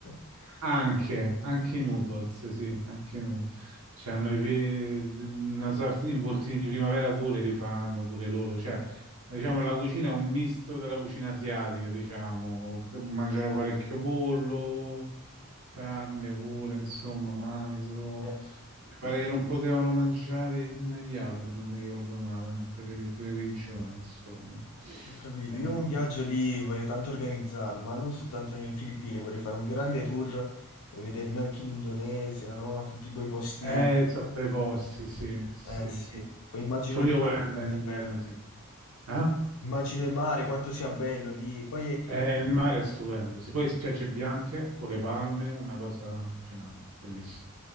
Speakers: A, on the left (about 75°); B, on the right (about 80°).
A: <laughs>
B: Anche, anche i noodles, sì, anche i noodles. Cioè, hanno i pe- una sorta di involtini di primavera pure li fanno pure loro. Cioè, diciamo, la cucina è un misto della cucina asiatica, diciamo, che mangiano parecchio pollo, carne pure, insomma, manzo.
A: Eh,
B: Mi pare che non potevano mangiare il maiale, se non mi ricordo male, per il per religione, insomma.
A: ho capito,
B: Eh,
A: io un viaggio lì vorrei tanto organizzarlo, ma non soltanto nelle Filippine, vorrei fare un grande tour e vedermi anche l'Indonesia, no? Tutti quei posti...
B: eh, so bei posti, sì, sì,
A: Eh sì,
B: sì.
A: poi immagino
B: Pure
A: il
B: io
A: mare,
B: vorrei andare
A: quanto
B: in
A: è
B: Indonesia.
A: bello.
B: Eh?
A: Immagino il mare, quanto sia bello lì. Poi
B: Eh, il mare è stupendo. Si poi spiagge bianche con le palme, una cosa allucinante, bellissima.